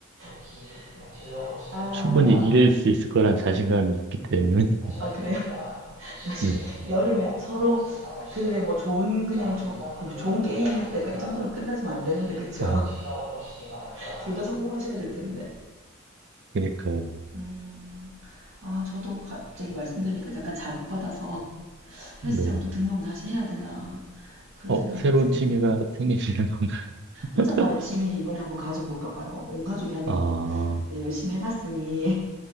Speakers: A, on the right; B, on the right.
A: 특히 병실로 오시기 아. 바랍니다.
B: 충분히 이길 수 있을 거란 자신감이 있기 때문에,
A: 다시
B: <laughs>
A: 아, 그래요? <laughs> 나
B: 네.
A: 여름에 서로 그래 뭐 좋은 그냥 좋은 그 좋은 게임이었다까이 정도로 끝나지면 안 되는데 그쵸?
B: 아,
A: <laughs> 둘 다 성공하셔야 될 텐데.
B: 그니까,
A: 음, 아 저도 갑자기 말씀드리니까 약간 자극받아서 <laughs>
B: 네.
A: 헬스장 또 등록을 다시 해야 되나 그런
B: 어,
A: 생각이
B: 새로운
A: 드네요.
B: 취미가 생기시는 건가? <laughs>
A: 혼자만의 취미를 이번에 한번 가져볼까 봐요. 온 가족이 하는
B: 아,
A: 거는 네, 열심히 해봤으니